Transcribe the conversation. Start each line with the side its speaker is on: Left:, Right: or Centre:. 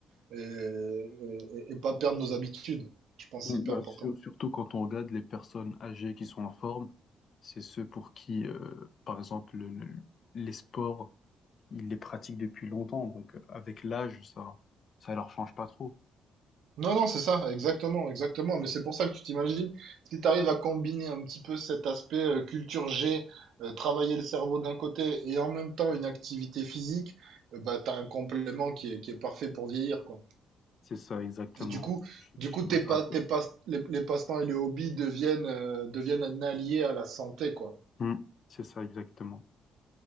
Right: et, et- et pas perdre nos habitudes. Je pense
Left: Mhm.
Right: que c'est hyper
Left: Bah,
Right: important.
Left: sur- surtout quand on regarde les personnes âgées qui sont en forme, c'est ceux pour qui, euh, par exemple, le- le- les sports ils les pratiquent depuis longtemps, donc euh, avec l'âge, ça, ça leur change pas trop.
Right: Non, non, c'est ça, exactement, exactement. Mais c'est pour ça que tu t'imagines, si tu arrives à combiner un petit peu cet aspect euh, culture G, euh, travailler le cerveau d'un côté et en même temps une activité physique, euh, bah, tu as un complément qui est, qui est parfait pour vieillir, quoi.
Left: C'est ça, exactement.
Right: Et du coup,
Left: Je,
Right: du
Left: je
Right: coup,
Left: suis
Right: tes
Left: d'accord
Right: pas,
Left: avec
Right: tes
Left: toi.
Right: pas, les, les passe-temps et les hobbies deviennent, euh, deviennent un allié à la santé, quoi.
Left: Hmm, c'est ça, exactement.